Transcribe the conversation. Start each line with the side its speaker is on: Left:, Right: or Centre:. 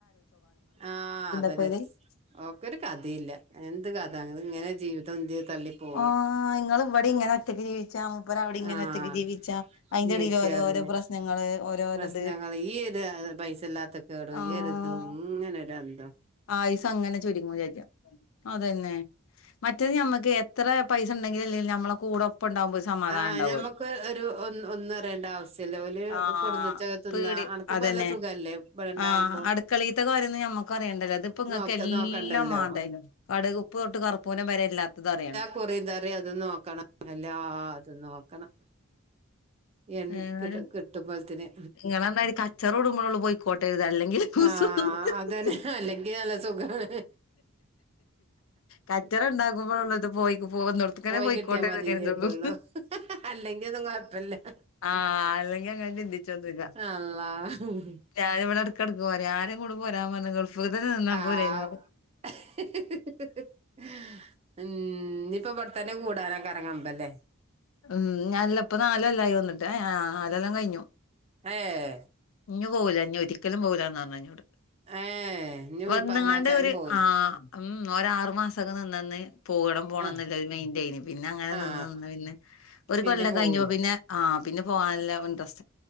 Right: ആഹ അതെന്നെ
Left: ഇപ്പോ അയില്
Right: ഓക്കരു കഥയില്ല എന്ത് കഥ ഇങ്ങനെ ജീവിതം തള്ളി പോക
Left: ആങ്ങൾ ഇവിടെ ഇങ്ങനെ ഒറ്റക്ക് ജീവിച്ചാ മൂപ്പര് അവിടിം ഇങ്ങനെ
Right: ആഹ്
Left: ഒറ്റക്ക് ജീവിച്ചാ അതിന്റെടയിലോ
Right: ജീവിച്ച
Left: രോ
Right: അതന്നെ
Left: ഓരോ പ്രശ്നങ്ങള് ഓരോരത്
Right: പ്രശ്നങ്ങൾ ഈര് പൈസ ഇല്ലാത്ത കേടും
Left: ആഹ്
Right: ഈഒരിതും ഇങ്ങനെരു എന്തോ
Left: ആയുസ് അങ്ങനെ ചുരുങ്ങും ചെജ്ജാ അതന്നെ മറ്റത് നമ്മക്ക് എത്ര പൈസ ഉണ്ടെങ്കിലും ഇല്ലങ്കിലും നമ്മളെ കൂടെ ഒപ്പം ഉണ്ടാവുമ്പോ ഒരു സമാധാനം
Right: ആ
Left: ഉണ്ടാവുല്ലോ
Right: ഞമ്മക്ക് ഒരു ഒ ഒന്നും അറിയേണ്ട ആവശ്യല്ല ഓരു
Left: ആഹ്
Right: കൊടുന്നച്ച തിന്നാ
Left: പേടി
Right: അനക്കിപ്പ
Left: അതന്നെ
Right: നല്ല സുഖല്ലേ ഇവിടെണ്ടാവുമ്പോ
Left: ആ അടുക്കളീത്തെ കാര്യം നമ്മക്ക് അറിയണ്ടല്ല ല്ലോ ഇതിപ്പം
Right: നോക്ക
Left: എല്ല
Right: നോക്കണ്ടല്ലോ
Left: കടക് ഉപ്പ് തൊട്ട് കറുപ്പൂരം വരെ ഇല്ലാത്തത് അറിയണം
Right: കുറി ന്താറിം അതും നോക്കണം എല്ലാതും. നോക്കണം എൻ
Left: ഏതാലും
Right: കി കിട്ടുമ്പോത്തിന്
Left: ഇങ്ങള് പറഞ്ഞ മതിരി കച്ചറ കൂടുമ്പോളോള്ളൂ പോയിക്കോട്ട കരുത അല്ലെങ്കിൽ കുസു
Right: ആഹ അതന്നെ അല്ലങ്കി നല്ല സുഖണ്‌
Left: കച്ചറ ഉണ്ടകുമ്പോളള്ളൂ ഇത് പോ പോന്നോടുത്തിക്കന്നെ
Right: പോയി
Left: പോയിക്കോട്ടേ
Right: കിട്ടിയാ മതിന്നേ
Left: ന്നു കരുതും
Right: കരുതുള്ളൂ അല്ലെങ്കി ഒന്നും കൊഴപ്പല്ല
Left: ആ അല്ലെങ്കിൽ അങ്ങ ചിന്തിച്ചൊന്നുമില്ല
Right: അള്ളാ
Left: ഞാന് ഇവിടെ കടക്ക പോ ആരെ ഇങ്ങളോട് പോരാൻ പറഞ്ഞ ഗൾഫ്ലന്നെ നിന്ന
Right: ആഹ്
Left: പോരെനിയോ
Right: <inaudible> ഉം ഇപ്പൊ ഇവിടത്തന്നെ കൂടാനൊക്കെ ഇറങ്ങ്പല്ലേ
Left: ഉം ഞാനല്ല ഇപ്പൊ നാലല്ലായി വന്നിട് നാലെല്ലാം കഴിഞ്ഞു
Right: ആഹ
Left: ഇഞ് പോവൂല്ല ഇനി ഒരിക്കലും പോകില്ലന്ന് പറഞ്ഞു എന്നോട്
Right: ഏഹ് ഇനി
Left: വന്നുകാണ്ട്
Right: പറഞ്ഞയച്ചാലും
Left: ഒരു
Right: പോവൂല
Left: ആ ഉം ഒ ആറു മാസക്കെ നിന്നന്ന് പോകണം പോകണന്നുള്ള
Right: ആഹ്
Left: മെൻറയി പിന്നെ അങ്ങനെ
Right: ആഹ്
Left: നിന്ന് നിന്ന് പിന്നെ ഒരു
Right: പിന്നെ
Left: കൊല്ലംക്കെ
Right: പോവൂല
Left: കഴിഞ്ഞപ്പം പിന്നെ ആ പിന്നെ പോകാനല്ലവ <unintelligible>